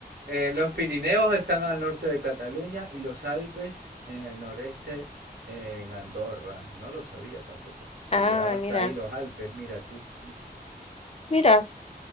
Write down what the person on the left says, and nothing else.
ah,
mira,
mira.